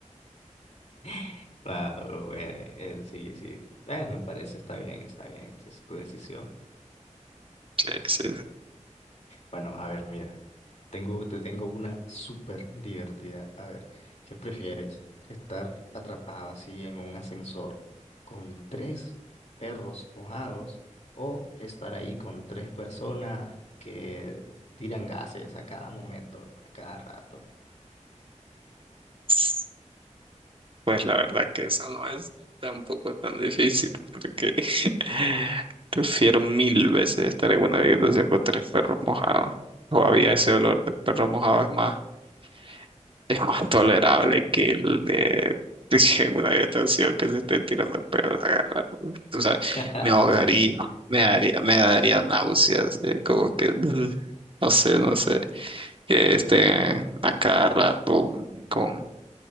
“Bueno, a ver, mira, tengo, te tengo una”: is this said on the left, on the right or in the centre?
Left